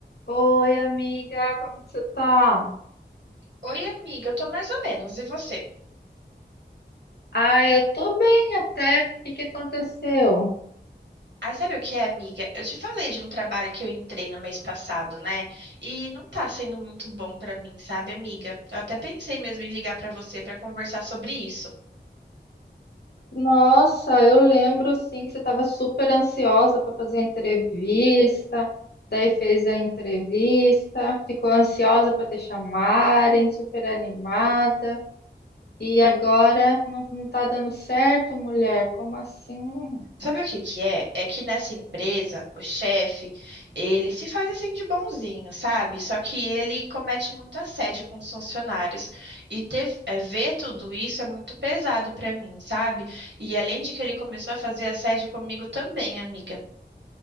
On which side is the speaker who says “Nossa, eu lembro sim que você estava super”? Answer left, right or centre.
Left